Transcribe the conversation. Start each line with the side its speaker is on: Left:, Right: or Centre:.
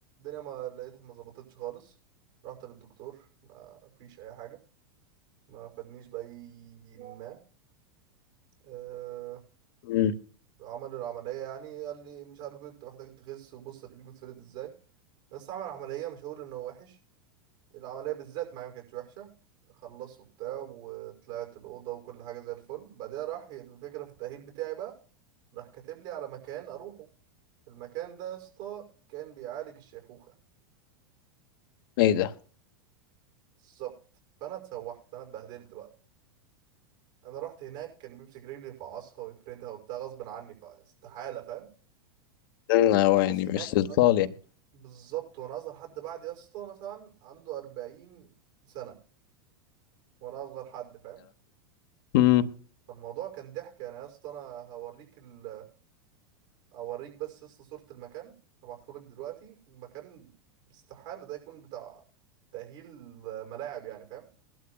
Right: ما لقيتها ما ظبطتش خالص رحت للدكتور ما فيش اي حاجة ما فادنيش بأي ما آه،
Left: امم
Right: عمل العملية يعني قال لي مش عارف إيه، انت محتاج تخس وبص رجليك بتفرد ازاي بس عمل عملية مش هقول انه وحش العملية بالذات معايا ما كانتش وحشة خلص وبتاع وطلعت الأوضة وكل حاجة زي الفل بعدها راح الفكرة في التأهيل بتاعي بقى راح كاتب لي على مكان أروحه المكان ده يا اسطى كان بيعالج الشيخوخة
Left: ايه ده
Right: بالظبط فأنا اتسوحت أنا اتبهدلت بقى أنا رحت هناك كان بيمسك رجلي يفعصها ويفردها وبتاع غصب عني فاستحالة فاهم والناس
Left: أمم، هو يعني
Right: هناك
Left: مش اطفال يعني
Right: بالظبط وانا اصغر حد بعد يا اسطى مثلا عنده 40 سنه وانا اصغر حد فاهم
Left: امم
Right: فالموضوع كان ضحك يعني يا اسطى انا هوريك ال... اوريك بس يا اسطى صوره المكان هبعتهولك دلوقتي المكان استحاله ده يكون بتاع تاهيل ملاعب يعني فاهم